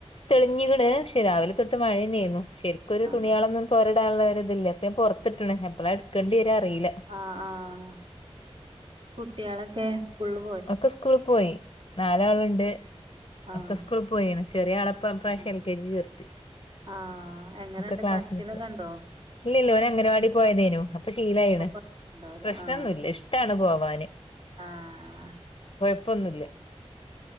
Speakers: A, on the left; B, on the right.
A: തെളിഞ്ഞ്ക്ക്ണ് പക്ഷെ രാവിലെ തൊട്ട് മഴന്നേന്നു. ശരിക്കൊരു
B: ആ
A: തുണിയളൊന്നും തോരിടാനുള്ളള്ളരിതില്ല പ്പ ഞാ പുറത്തിട്ടാണ് എപ്പളാ എടുക്കേണ്ടി വരാ അറിയില്ല
B: ആഹ് ആഹ് കുട്ടികളൊക്കെ സ്കൂളു
A: ഒക്കെ സ്കൂള് പോയി. നാലാളുണ്ട്.
B: ആഹ്
A: ഒക്കെ സ്കൂള് പോയിണ്. ചെറിയ ആള് പ പ്രാവശ്യം
B: ആഹ്
A: എൽ കെ ജി ചേർത്തി.
B: ആഹ് എങ്ങനെണ്ട്
A: ഒക്കെ ക്ലാസ്സി
B: കരച്ചിലൊക്കെ
A: പോ
B: ഉണ്ടോ
A: ഇല്ല ല്ല ഓന ങ്ങനവാടി പോയതെനു അപ്പൊ ശീലായിണ്.
B: കൊഴപ്പണ്ടാവൂല
A: പ്രശ്നൊന്നുല്ല
B: ആഹ്
A: ഷ്ടാണ് പോവാന്.
B: ആഹ്
A: പ്പൊന്നുല്ല.